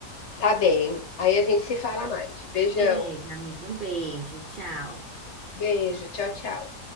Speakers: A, on the left; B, on the right.
A: Tá bem. Aí a gente se fala mais. Beijão.
B: Beleza, amiga. Um beijo. Tchau.
A: Beijo. Tchau, tchau.